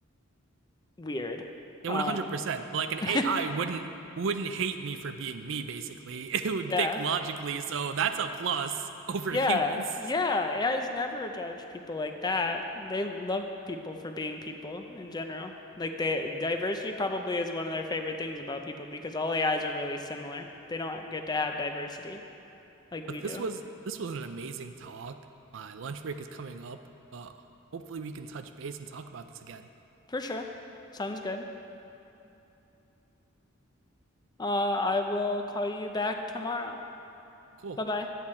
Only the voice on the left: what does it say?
weird.
Um
<laughs>
yeah.
Yeah.
Yeah. AIs never judge people like that. They love people for being people in general. Like they diversity probably is one of their favorite things about people because all AIs are really similar. They don't get to have diversity like
we do.
For sure. Sounds good. Uh, I will call you back tomorrow.
Bye bye.